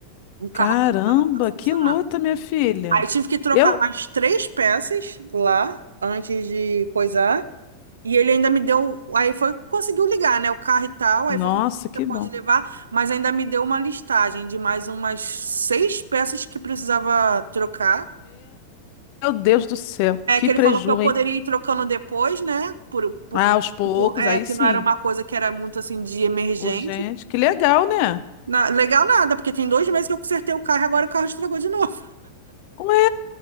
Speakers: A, on the right; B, on the left.
A: o carro
B: Caramba,
A: voltar a funcionar.
B: que luta, minha filha.
A: Aí tive que trocar
B: Eu,
A: mais três peças lá antes de coisar. E ele ainda me deu. Aí foi, conseguiu ligar, né? O carro e tal. Aí
B: nossa,
A: foi você
B: que
A: pode
B: bom.
A: levar, mas ainda me deu uma listagem de mais umas seis peças que precisava trocar
B: Meu Deus do céu,
A: É
B: que
A: que ele
B: preju,
A: falou que eu poderia
B: hein?
A: ir trocando depois, né? Por, por,
B: Ah, aos poucos,
A: por- é,
B: aí
A: porque
B: sim.
A: não era uma coisa que era muito assim de emergência.
B: Urgente, que legal, né?
A: Na- legal nada, porque tem dois meses que eu consertei o carro e agora o carro estragou de novo.
B: Ué,